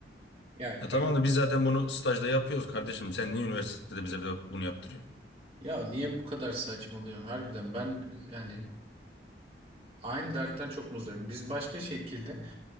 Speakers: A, on the right (about 35°); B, on the left (about 75°).
A: Ya kanka
B: Ya tamam da biz zaten bunu stajda yapıyoruz kardeşim. Sen niye üniversitede bize bir- bunu yaptırıyorsun?
A: ya niye bu kadar saçmalıyorsun harbiden ben yani aynı dertten çok muzdarım. Biz başka şekilde